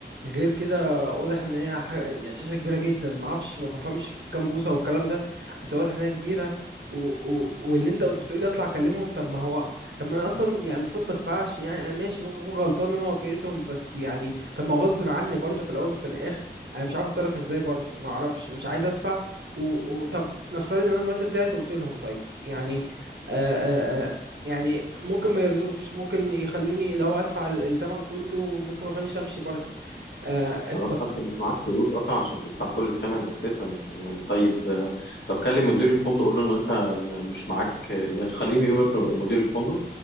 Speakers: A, on the right; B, on the left.
A: غير كده واضح ان هي ح... يعني شاشه كبيره جدا ما اعرفش ما بفهمش في كام بوصه والكلام ده بس واضح ان هي كبيره و... و... واللي انت بتقولي اطلع اكلمهم طب ما هو طب ما انا اصلا يعني المفروض ما ادفعش يعني انا ماشي ممكن اكون غلطان إن انا وافقتهم بس يعني طب ما هو غصب عني برضو في الاول وفي الاخر انا مش عارف اتصرف ازاي برضه ما اعرفش مش عايز ادفع و... و... طب نفترض ان انا دلوقتي طلعت قلت لهم طيب يعني آه آه آه يعني ممكن ما يرضوش ممكن يخلوني لو ادفع ال- الثمن كله ممكن ما يخلونيش امشي برضه آه اتبط
B: بس أنت مش معاك فلوس أصلا عشان تدفع كل الثمن أساسا يعني طيب آه، طب كلم مدير الفندق قول له إن أنت م- مش معاك آه، يعني خليهم يجيب لك مدير الفندق